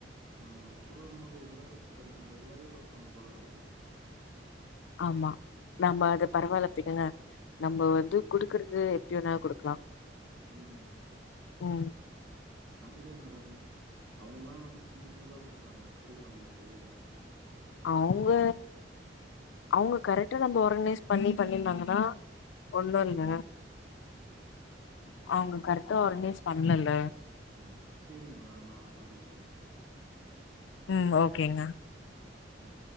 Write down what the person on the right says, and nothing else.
நம்ம குடுக்கும் போது எல்லாரு நம்ப எல்லாரி பப்பாங் போலயே
ம் ம்
அது இல்லங் மேடம் அவுங்கலா வந்து சின்ன சின்னதா குடுத்தாங்க புரியிதா உங்களுக்கு
ம்.
ம் செரிங்க மேடம் நா அப்பற பேசுறே
ம்